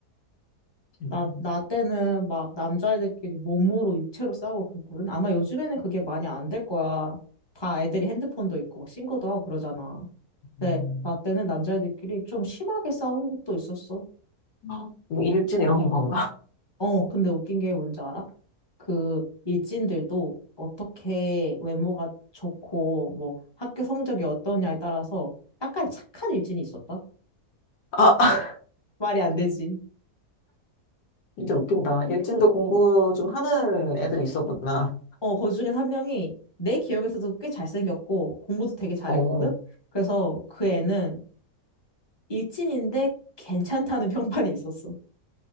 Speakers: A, on the left; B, on the left.
A: 음.
B: 나, 나 때는 막 남자애들끼리 몸으로 육체로 싸우고 그랬거든. 아마 요즘에는 그게 많이 안 될 거야. 다 애들이 핸드폰도 있고 막 신고도 하고 그러잖아. 근데
A: 음.
B: 나 때는 남자애들끼리 좀 심하게 싸운 것도 있었어.
A: 아, 뭐 일진 이런 건가?
B: 어, 근데 웃긴 게 뭔지 알아? 그 일진들도 어떻게 외모가 좋고 뭐 학교 성적이 어떠냐에 따라서 약간 착한 일진이 있었다.
A: <laughs> 아,
B: 말이 안 되지.
A: 진짜 웃긴다. 일진도 공부 좀 하는 애들이 있었구나.
B: 어, 그 중에 한 명이 내 기억에서도 꽤 잘생겼고, 공부도 되게 잘했거든?
A: 어.
B: 그래서 그 애는 일진인데 괜찮다는 <laughs> 평판이 있었어.